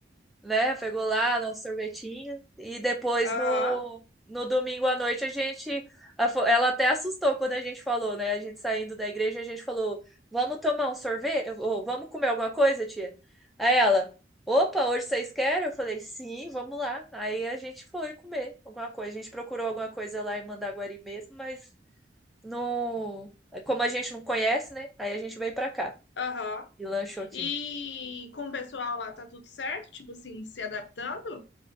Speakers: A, in the centre; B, on the left.
A: né? Pegou lá um sorvetinho e depois
B: Aham,
A: no, no domingo à noite a gente a fo- ela até assustou quando a gente falou, né? A gente saindo da igreja, a gente falou: "Vamos tomar um sorvete? Ou vamos comer alguma coisa, tia?" Aí ela: "Opa, hoje vocês querem?" Eu falei: "Sim, vamos lá". Aí a gente foi comer alguma coisa. A gente procurou alguma coisa lá em Mandaguari mesmo, mas não, como a gente não conhece, né? Aí a gente veio pra cá
B: aham.
A: e lanchou aqui.
B: E com o pessoal lá tá tudo certo? Tipo assim, se adaptando?